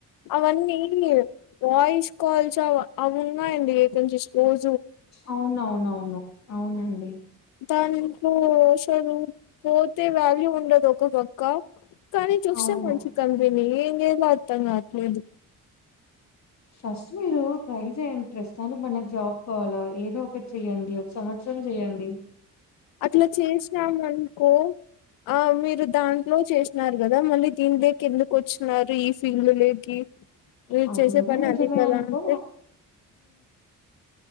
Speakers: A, on the left; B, on the left.
A: అవన్నీ వాయిస్ కాల్స్ అ ఉన్నాయండి ఈ స్కూల్
B: అవునవునవును అవునండి
A: దానిలో అసలు పోతే వాల్యూ ఉండదు కదా అక్క కానీ చూస్తాం
B: అవును
A: మంచి కంపెనీ ఏం చెయ్యాలో అర్ధం కాట్లేదు
B: ఫస్ట్ మీరు ట్రై చేయ్యంట్రెస్ట్ దనికి మనకు జాబ్ కావాలా ఏదో అఫెర్ట్స్ చెయ్యడి ఒక సంవత్సరం సం చేయండి
A: అట్లా చేసాం అనుకో ఆ మీరు దాంట్లో చేసినారు కదా మళ్ళీ దీని దకి ఎందుకు వచ్చన్నారు ఈ ఫీల్డ్ లేదు మీరు
B: అది
A: చేసే
B: కూడా
A: పని
B: నిజమే
A: అది కదా
B: అనుకో
A: అంటే